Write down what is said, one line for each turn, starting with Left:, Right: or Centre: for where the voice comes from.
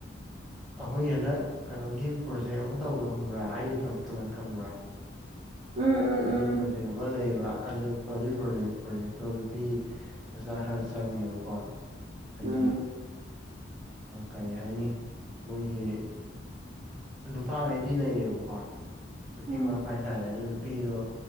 Centre: ꯑꯩꯈꯣꯏ ꯍꯟꯗꯛ ꯀꯩꯅꯣꯒꯤ ꯄ꯭ꯔꯣꯖꯦꯛ ꯑꯃ ꯇꯧꯕ ꯈꯪꯕ꯭ꯔꯥ ꯑꯩꯒꯤ ꯊꯕꯛꯇ ꯅꯪ ꯈꯪꯕ꯭ꯔꯥ
Right: ꯎꯝ ꯎꯝ
Centre: ꯃꯅꯤꯄꯨꯔꯁꯤ
Right: ꯎꯝ
Centre: ꯑꯃ ꯂꯩꯌꯦꯕ꯫ ꯑꯒꯤ ꯄ꯭ꯔꯣꯖꯦꯛ ꯄ꯭ꯔꯣꯖꯦꯛ ꯄ꯭ꯔꯣꯖꯦꯛꯇꯣ ꯅꯨꯄꯤ ꯃꯆꯥ ꯈꯔ ꯆꯪꯉꯦꯕꯀꯣ꯫ ꯍꯥꯏꯗꯤ
Right: ꯎꯝ
Centre: ꯀꯔꯤ ꯍꯥꯏꯅꯤ ꯑꯥ ꯃꯣꯏꯒꯤ ꯅꯨꯄꯥꯈꯩꯗꯤ ꯂꯩꯔꯦꯕꯀꯣ ꯅꯨꯄꯤ
Right: ꯎꯝ
Centre: ꯋꯥꯠꯄ ꯍꯥꯏꯇꯥꯔꯦ ꯑꯗꯨ ꯅꯨꯄꯤꯗꯣ